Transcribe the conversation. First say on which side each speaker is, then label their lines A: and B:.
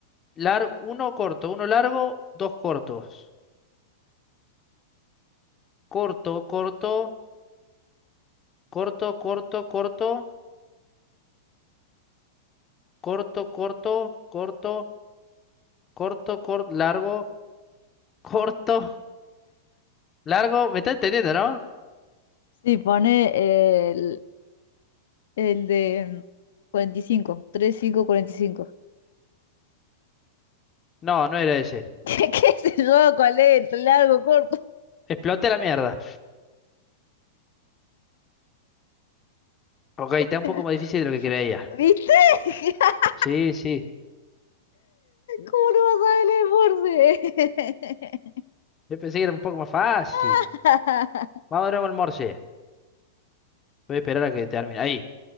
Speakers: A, on the left; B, on the left.
A: Lar- uno corto, uno largo, dos cortos. Corto, corto, corto, corto, corto, corto, corto, corto, corto, corto, largo, <laughs> corto, largo. ¿Me está entendiendo, no?
B: Sí, pone el, el de 45, 3, 5, 45.
A: No, no era ese.
B: <laughs> ¿Qué, qué sé yo? ¿Cuál es? ¿Entre largo, corto?
A: Explote la mierda. Ok, está un
B: <laughs>
A: poco más difícil de lo que creía.
B: ¿Viste? <laughs>
A: Sí, sí.
B: ¿Cómo no vas a ver el Morse?
A: Yo pensé que era un poco más fácil.
B: <laughs>
A: Vamos de nuevo al Morse. Voy a esperar a que termine. Ahí.